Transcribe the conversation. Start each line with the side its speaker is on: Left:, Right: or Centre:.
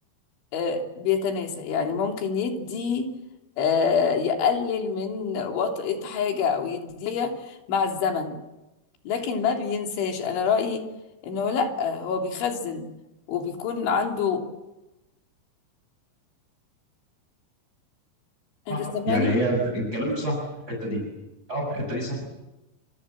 Left: آه، بيتناسى يعني ممكن يدي آه، يقلل من وطئة حاجه او يديها مع الزمن لكن ما بينساش انا رايي انه لا هو بيخزن وبيكون عنده انت
Right: صح
Left: سامعني
Right: يعني هي في- كلامك صح في الحته دي اه في الحته دي صح